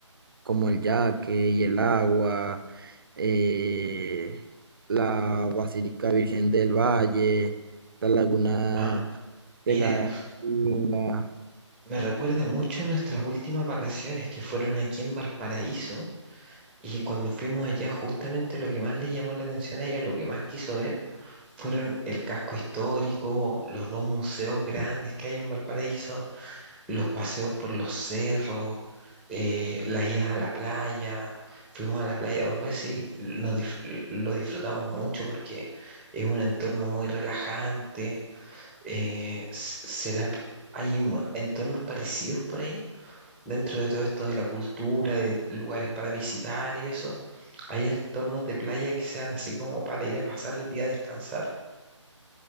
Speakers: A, on the right; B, in the centre.
A: como el Yaque y el Agua, eh, la Basílica Virgen del Valle, la Laguna
B: Ah,
A: de
B: mira,
A: la Inga.
B: me recuerda mucho a nuestras últimas vacaciones que fueron aquí en Valparaíso y cuando fuimos allá justamente lo que más le llamó la atención a ella, lo que más quiso ver, fueron el casco histórico, los dos museos grandes que hay en Valparaíso, los paseos por los cerros, eh, las idas a la playa. Fuimos a la playa dos veces y nos dif- lo disfrutamos mucho porque es un entorno muy relajante Eh, s- ¿será, p- hay un- entornos parecidos por ahí? Dentro de todo esto de la cultura, de lugares para visitar y eso, ¿hay entornos de playa que sean así como para ir a pasar el día a descansar?